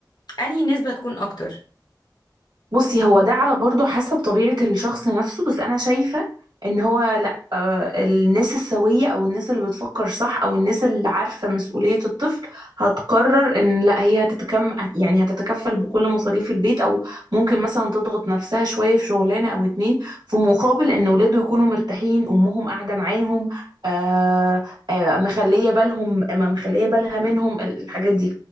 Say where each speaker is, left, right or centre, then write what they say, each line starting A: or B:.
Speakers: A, on the left (about 65°); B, on the right (about 75°).
A: أنهي نسبة هتكون أكتر
B: بصي هو ده على برضه حسب طبيعة الشخص نفسه بس أنا شايفة إن هو لأ آه، الناس السوية أو الناس اللي بتفكر صح أو الناس اللي عارفة مسؤولية الطفل هتقرر إن لأ هي هتتكم يعني هتتكفل بكل مصاريف البيت أو ممكن مثلا تضغط نفسها شوية في شغلانة أو اتنين في مقابل إن ولاده يكونوا مرتاحين أمهم قاعدة معاهم آه آه مخلية بالهم ما مخلية بالها منهم الحاجات دي